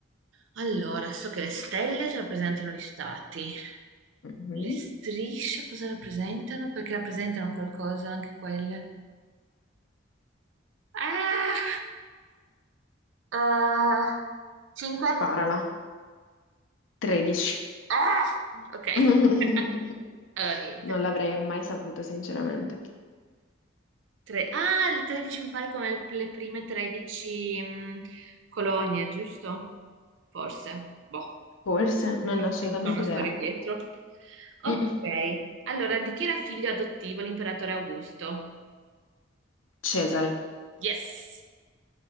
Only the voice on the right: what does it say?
Allora, so che le stelle rappresentano gli stati.
Le strisce cosa rappresentano? Perché rappresentano qualcosa anche quelle. Ah! Ah, cinque?
Ah! Ok.
<laughs> Allora, niente.
Tre. Ah, il 13 mi pare come le le prime 13 mm, colonie, giusto? Forse. Boh.
C'è
una
storia dietro. Ok,
allora di chi era figlio adottivo l'imperatore Augusto?
Yes!